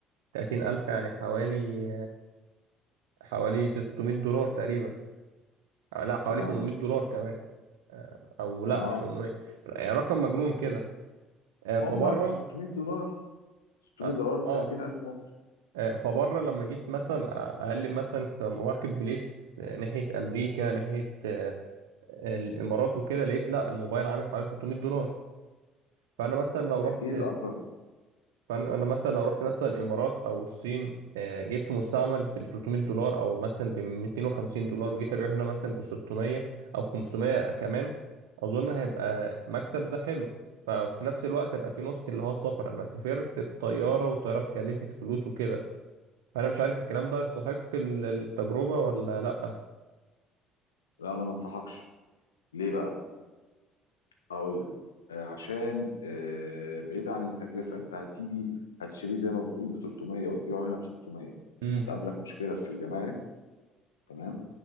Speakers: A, on the right; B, on the left.
A: 30000 يعني حوالي حوالي 600 دولار تقريبا آه، لا حوالي
B: تمام
A: 800 دولار كمان آه، او
B: اه
A: لا
B: اه
A: مش 800 يعني رقم مجنون كده
B: هم
A: فبره
B: 600 دولار 600
A: اه
B: دولار ب
A: آه.
B: 30000 مصري
A: آه، فبره لما جيت مثلا اقلب مثلا في ماركت بليس آه، ناحيه امريكا ناحيه آه، الامارات وكده لقيت لا الموبايل عامل حوالي 300 دولار فانا مثلا لو رحت
B: اكيد اه
A: فانا أنا مثلا لو رحت مثلا الامارات او الصين آه، جبت مستعمل ب 300 دولار او مثلا ب 250 دولار وجيت ابيعه هنا مثلا ب 600 او 500 كمان اظن هيبقى مكسب ده حلو ففي نفس الوقت هيبقى في نقطة اللي هو السفر أنا سافرت بطيارة والطيارة اتكلفت فلوس وكده فانا مش عارف الكلام ده يستحق ال- التجربه ولا لا
B: لا انا ما انصحكش ليه بقى هقول لك آه عشان آه بعيد عن التكلفه انت هتيجي هتشتريه زي ما بتقول ب 300 وتبيعه هنا ب 600
A: امم
B: هتقابلك مشكله في الجمارك تمام